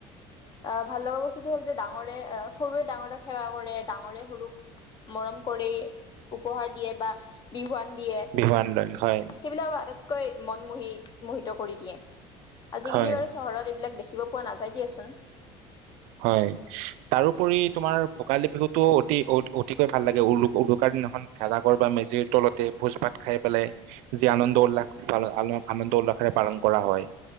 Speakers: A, on the left (about 35°); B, on the right (about 75°).
A: এ ভাললগা বস্তুটো হ'ল যে ডাঙৰে, সৰুৱে ডাঙৰক সেৱা কৰে, ডাঙৰে সৰুক মৰম কৰি উপহাৰ দিয়ে বা বিহুৱান। দিয়ে
B: বিহুৱান লয় হয়
A: সেইবিলাক আৰু আটাইতকৈ। মন মোহি মোহিত কৰি দিয়ে। আজিকালি
B: হয়
A: বাৰু চহৰত এইবিলাক দেখি। দেখিব পোৱা নায চাই দিয়াচোন।
B: হয়, তাৰোপৰি তোমাৰ ভোগালী বিহুতটো অতি অতিকৈ ভাল লাগে উৰু উৰুকাৰ দিনাখন ভেলাঘৰ বা মেজিৰ তলতে ভোজ ভাত খাই পেলাই যি আনন্দ উল্লাস আনন্দ উল্লাসৰে পালন কৰা হয়।